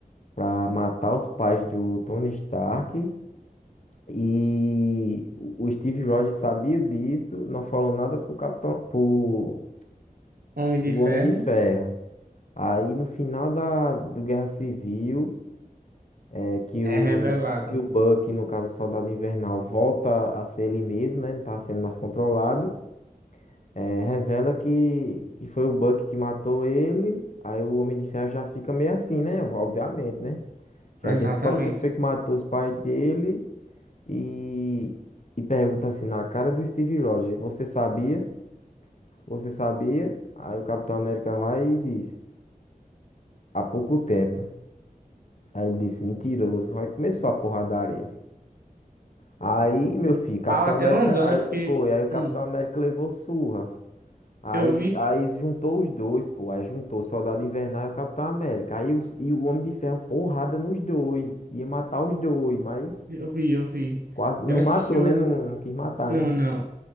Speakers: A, on the left (about 55°); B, on the right (about 85°).
A: para matar os pais do Tony Stark E o Steve Rogers sabia disso, não falou nada pro Capitão, pro
B: Homem de
A: o
B: Ferro
A: Homem de Ferro. Aí no final da do Guerra Civil, é que
B: é
A: o
B: revelado.
A: que o Buck, no caso o Soldado Invernal, volta a ser ele mesmo, né? Não tá sendo mais controlado. é, revela que, que foi o Buck que matou ele. Aí o Homem de Ferro já fica meio assim, né? Obviamente, né? Já
B: Exatamente.
A: descobre quem foi que matou os pais dele. e, e pergunta assim na cara do Steve Rogers, você sabia? Você sabia? Aí o Capitão América vai e diz, há pouco tempo. Aí ele disse, mentiroso. Aí começou a porradaria. Aí, meu filho, Capitão
B: Fala até
A: América,
B: umas horas,
A: aí
B: porque
A: foi, aí o Capitão
B: hum,
A: América levou surra. Aí,
B: eu vi,
A: aí juntou os dois, pô. Aí juntou o Soldado Invernal e o Capitão América. Aí o, e o Homem de Ferro, porrada nos dois. Ia matar os dois, mas
B: eu vi, eu vi.
A: quase não
B: Eu assisti
A: matou,
B: o.
A: né? Não, não quis matar,
B: Não,
A: né?
B: não.